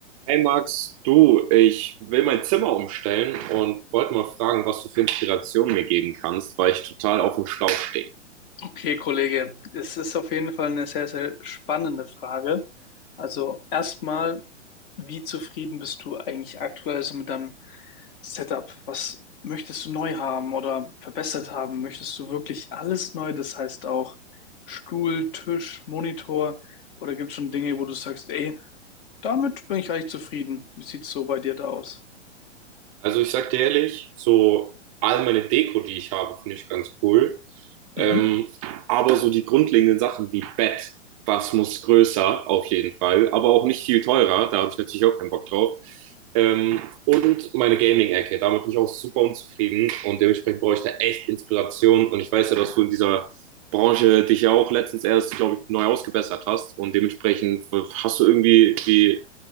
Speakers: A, on the right; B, on the left.
A: Hey Max, du, ich will mein Zimmer umstellen und wollte mal fragen, was du für Inspiration mir geben kannst, weil ich total auf dem Schlauch stehe.
B: Okay, Kollege, es ist auf jeden Fall eine sehr, sehr spannende Frage. Also erstmal, wie zufrieden bist du eigentlich aktuell so mit deinem Setup? Was möchtest du neu haben oder verbessert haben? Möchtest du wirklich alles neu? Das heißt auch Stuhl, Tisch, Monitor oder gibt es schon Dinge, wo du sagst, ey, damit bin ich eigentlich zufrieden? Wie sieht's so bei dir da aus?
A: Also ich sag dir ehrlich, so all meine Deko, die ich habe, finde ich ganz cool. Ähm,
B: Mhm.
A: aber so die grundlegenden Sachen wie Bett, was muss größer auf jeden Fall, aber auch nicht viel teurer, da habe ich natürlich auch keinen Bock drauf. Ähm, und meine Gaming-Ecke, damit bin ich auch super unzufrieden und dementsprechend brauche ich da echt Inspiration und ich weiß ja, dass du in dieser Branche dich ja auch letztens erst, glaube ich, neu ausgebessert hast und dementsprechend hast du irgendwie die